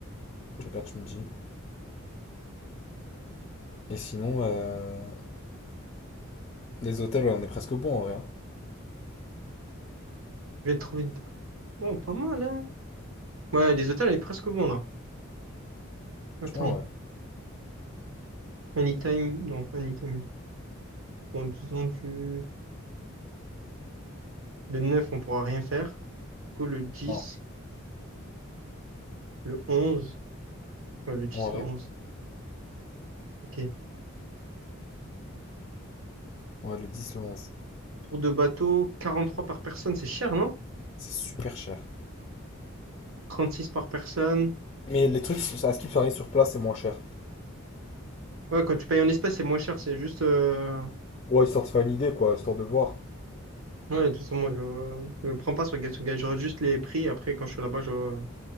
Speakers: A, on the left; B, on the right.
A: je regarde, tu me dis. Et sinon, euh, les hôtels, ouais, on est presque bon en vrai. hein.
B: Je vais trouver. d- Bon, pas mal, hein? Ouais, les hôtels, elle est presque bon, là.
A: Franchement,
B: Attends.
A: ouais.
B: Anytime. Non, pas Anytime. Bon, disons du. Le neuf on pourra rien faire. Du coup, le dix
A: Non,
B: le onze Ouais, le dix
A: en vrai,
B: le onze Ok.
A: ouais, le 10 le onze,
B: Tour de bateau, trois par personne, c'est cher, non?
A: C'est super cher.
B: trente six par personne.
A: Mais les trucs, ça- à ce qui arrive sur place, c'est moins cher.
B: Ouais, quand tu payes en espèces, c'est moins cher. C'est juste. euh,
A: Ouais, histoire de faire une idée, quoi, histoire de voir.
B: Ouais, tout ça, moi, je je prends pas sur Gatsugai. J'aurais juste les prix. Après, quand je suis là-bas, je,